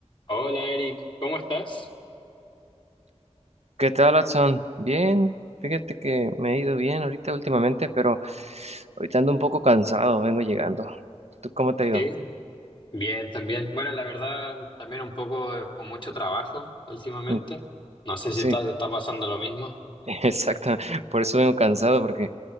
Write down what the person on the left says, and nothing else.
Hola Eric, ¿cómo estás?
Sí, bien, también. Bueno, la verdad, también un poco eh, con mucho trabajo últimamente.
No sé
si está, está pasando lo mismo.